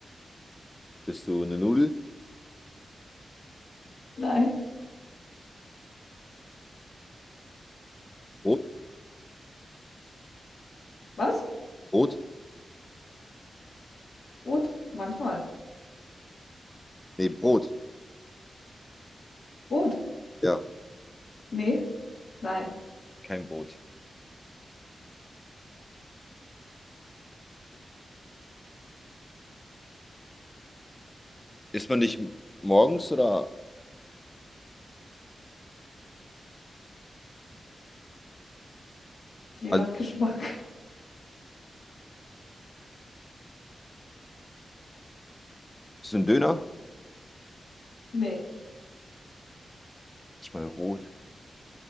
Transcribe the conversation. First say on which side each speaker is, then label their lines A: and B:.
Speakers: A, on the left; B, on the left.
A: Bist du eine Nudel?
B: Nein.
A: Brot?
B: Was?
A: Brot?
B: Rot? Manchmal.
A: Nee, Brot.
B: Rot?
A: Ja.
B: Nee. Nein.
A: Kein Brot. Isst man dich morgens oder?
B: Je
A: Also,
B: nach Geschmack. <laughs>
A: bist du ein Döner?
B: Nee.
A: Ist mal rot.